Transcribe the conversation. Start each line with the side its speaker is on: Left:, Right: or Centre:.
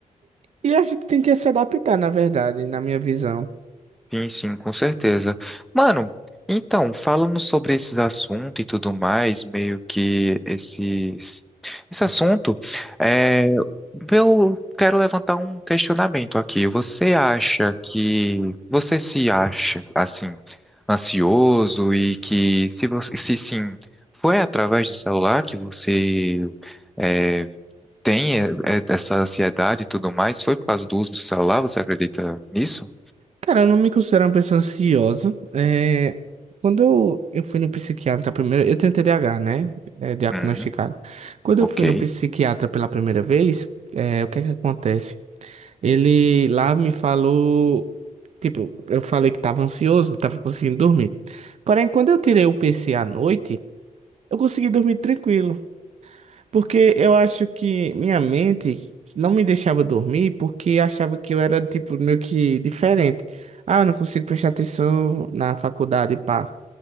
Right: e a gente tem que se adaptar, na verdade, na minha visão.
Centre: Sim, sim, com certeza. Mano, então, falando sobre esses assuntos e tudo mais, meio que esses, esse assunto, é, eu quero levantar um questionamento aqui. Você acha que, você se acha, assim, ansioso e que, se você, se sim, foi através do celular que você, é, tem é, é, essa ansiedade e tudo mais? Foi por causa do uso do celular? Você acredita nisso?
Right: Cara, eu não me considero uma pessoa ansiosa. É, quando eu, eu fui no psiquiatra primeiro, eu tenho TDAH, né? É, diagnosticado.
Centre: Uhum,
Right: Quando
Centre: ok.
Right: eu fui no psiquiatra pela primeira vez, é, o que é que acontece? Ele lá me falou. Tipo, eu falei que tava ansioso, não tava conseguindo dormir. Porém, quando eu tirei o PC à noite, eu consegui dormir tranquilo. Porque eu acho que minha mente não me deixava dormir porque achava que eu era, tipo, meio que diferente. Ah, eu não consigo prestar atenção na faculdade, pá.